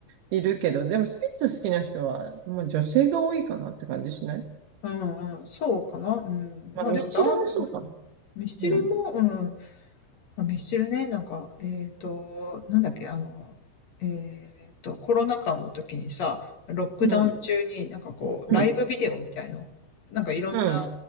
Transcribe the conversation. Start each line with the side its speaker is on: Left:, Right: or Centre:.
Right: いるけど、でもスピッツ好きな人は、まあ、女性が多いかなって感じしない
Left: うんうん、そうかな。うん。
Right: まあ、
Left: まあでも、
Right: ミスチルもそうかな。
Left: だん、うんミスチルも、
Right: うん、
Left: うん。まあ、ミスチルね、なんか、えっと、なんだっけ、あの、えっと、コロナ禍の時にさ、ロックダウン中になんかこう、
Right: うん、うん、
Left: ライブビデオみたいの、なんかいろんな
Right: うん、